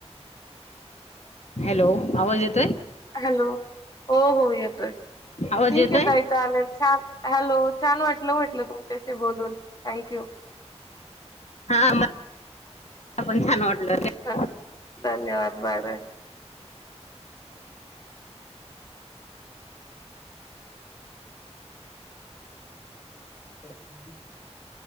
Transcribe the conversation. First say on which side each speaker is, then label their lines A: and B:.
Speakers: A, on the left; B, on the left.
A: हॅलो आवाज येतो.
B: हॅलो हो-हो येतोय.
A: आवाज
B: ठीक
A: येतोय
B: आहे ताई चालेल छान हॅलो छान वाटलं म्हटलं तुमच्याशी बोलून थँक यू.
A: हा मला पण छान वाटलं
B: असतात, धन्यवाद बाय बाय. <unintelligible>